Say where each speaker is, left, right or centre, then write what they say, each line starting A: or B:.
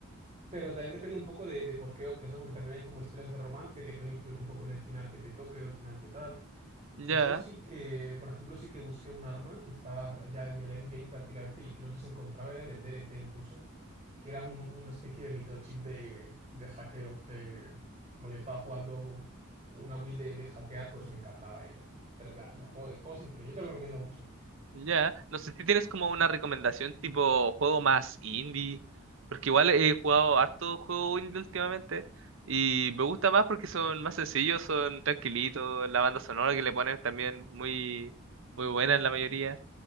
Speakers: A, on the right (about 30°); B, on the right (about 60°).
A: Pero también depende un poco de, de por qué optes, ¿no? Porque también hay como historias de romance que pueden influir un poco en el final que te toque o el final que tal.
B: Ya.
A: Yo sí que, por ejemplo, sí que busqué un arma que estaba ya en el endgame prácticamente y que no les encontraba, era en el DLC incluso, que era un- una especie de microchip de, de hackeo que, como yo estaba jugando un- una build de, de hackear, pues me encantaba ir. Pero ya, el juego, el juego es increíble, yo te lo recomiendo mucho.
B: Ya, no sé si tienes como una recomendación tipo juego más indie, porque igual he jugado harto juego indie últimamente y me gusta más porque son más sencillos, son tranquilitos, la banda sonora que le ponen también muy muy buena en la mayoría.